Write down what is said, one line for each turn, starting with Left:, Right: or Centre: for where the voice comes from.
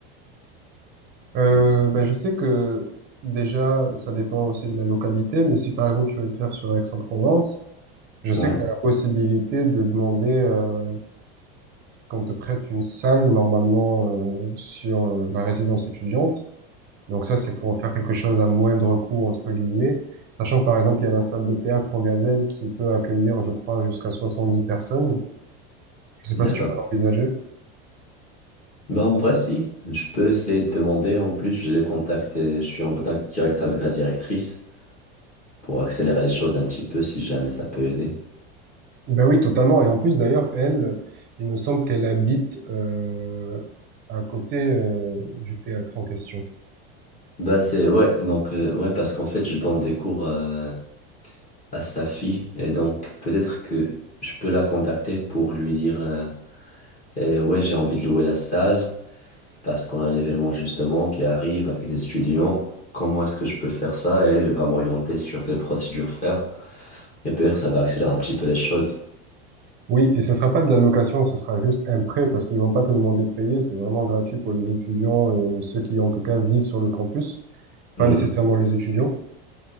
Right: Euh,
Left: Hmm.
Right: ben, je sais que déjà, ça dépend aussi de la localité, mais si par exemple tu veux le faire sur Aix-en-Provence, je sais
Left: Ouais,
Right: que tu as la possibilité de demander euh, qu'on te prête une salle normalement euh, sur euh, la résidence étudiante. Donc ça, c'est pour faire quelque chose à moindre coût, entre guillemets. Sachant que par exemple, il y a la salle de théâtre au Gazelle qui peut accueillir, je crois, jusqu'à 70 personnes. Je sais pas
Left: d'accord.
Right: si tu peux l'envisager.
Left: Bah en vrai, si. Je peux essayer de demander. En plus, j'ai les contacts et je suis en contact direct avec la directrice pour accélérer les choses un petit peu si jamais ça peut aider.
Right: Ben oui, totalement. Et en plus, d'ailleurs, elle, il me semble qu'elle habite euh, à côté euh, du théâtre en question.
Left: Bah c'est ouais donc euh, ouais parce qu'en fait je donne des cours euh, à sa fille. Et donc, peut-être que je peux la contacter pour lui dire, euh, Eh ouais, j'ai envie de louer la salle parce qu'on a un événement justement qui arrive avec des étudiants. Comment est-ce que je peux faire ça? Et elle, elle va m'orienter sur quelle procédure faire. Et peut-être ça va accélérer un petit peu les choses.
Right: Oui, et ce sera pas de la location, ce sera juste un prêt parce qu'ils vont pas te demander de payer. C'est vraiment gratuit pour les étudiants et ceux qui, en tout cas, vivent sur le campus,
Left: Mhm.
Right: pas nécessairement les étudiants.